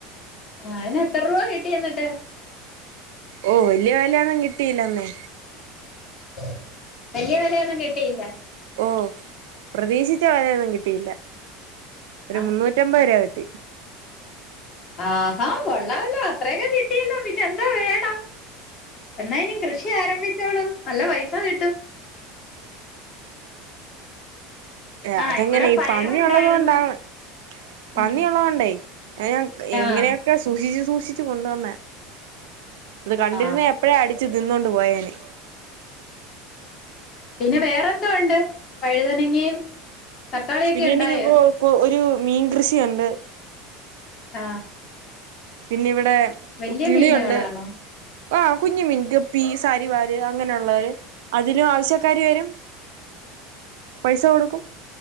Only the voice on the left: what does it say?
ആ അയിന് എത്ര രൂപ കിട്ടി എന്നിട്ട്
<inaudible> വലിയ വിലയൊന്നും കിട്ടിയില്ല
ആഹ്
ആഹാ കൊള്ളാമല്ലോ അത്രയൊക്കെ കിട്ടിയല്ലോ പിന്നെ എന്തോ വേണം എന്നാ ഇനി കൃഷി ആരംഭിച്ചോളൂ നല്ല പൈസ കിട്ടും
ആഹ്
ഇവിടെ
പയറുണ്ടായിരുന്നു
ഉം
ആഹ്
ആഹ്
പിന്നെ വേറെന്തോ ഉണ്ട് വഴുതനങ്ങയും തക്കാളിയൊക്കെ
ഉണ്ടായോ
ആ
വലിയ
മീനുകളാണോ